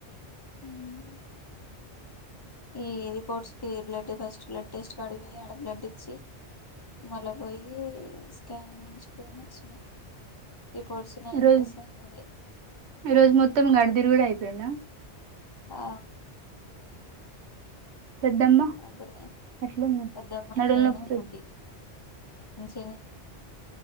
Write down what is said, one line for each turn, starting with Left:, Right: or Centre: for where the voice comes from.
Left: హ్మ్ ఈ రిపోర్త్స్కి బ్లడ్ ఫస్ట్ బ్లడ్ టెస్ట్ కాడికి పోయి ఆడ బ్లడ్ ఇచ్చి మళ్ళ పోయి స్కాన్ తీంచుకుని వచ్చిన రిపోర్ట్స్ నైన్కి
Right: ఈ రోజ్
Left: వస్తాయి అదే
Right: ఈ రోజు మొత్తం గడిదిరి కూడా అయి వెన్న
Left: ఆ
Right: పెద్దమ్మ
Left: అద్దరుగా
Right: ఎట్లుంది
Left: పెద్దమ్మ
Right: నడులు
Left: నేను
Right: నొప్పి
Left: బుడ్డి మంచిగనే